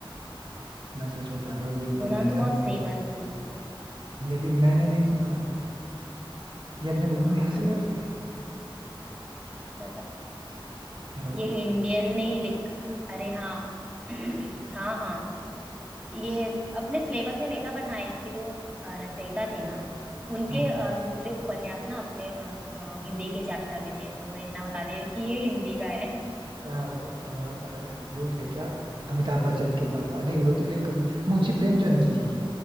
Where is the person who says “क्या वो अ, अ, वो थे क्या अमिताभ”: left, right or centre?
Right